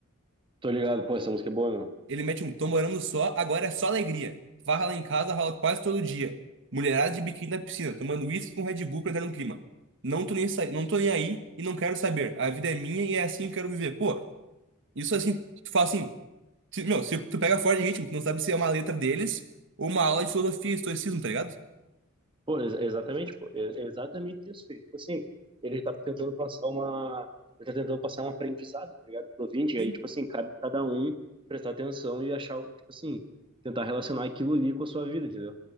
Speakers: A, on the right; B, on the right.
A: Tô ligado, pô, essa música é boa, meu.
B: Ele mete um tô morando só, agora é só alegria. Farra lá em casa rola quase todo dia. Mulherada de biquíni na piscina, tomando uísque com Red Bull pra entrar no clima. Não tô nem, sa- não tô nem aí e não quero saber. A vida é minha e é assim que eu quero viver. Pô, isso assim, tu fala assim, se- meu, se tu pega fora de ritmo, tu não sabe se é uma letra deles ou uma aula de filosofia e estoicismo, tá ligado?
A: Pô, ex- exatamente, pô, é é exatamente isso. filho. Tipo assim, ele tá tentando passar uma, ele tá tentando passar um aprendizado, tá ligado, pro ouvinte,
B: Sim,
A: e aí, tipo assim, cabe a cada um prestar atenção e achar, o- tipo assim, tentar relacionar aquilo ali com a sua vida, entendeu?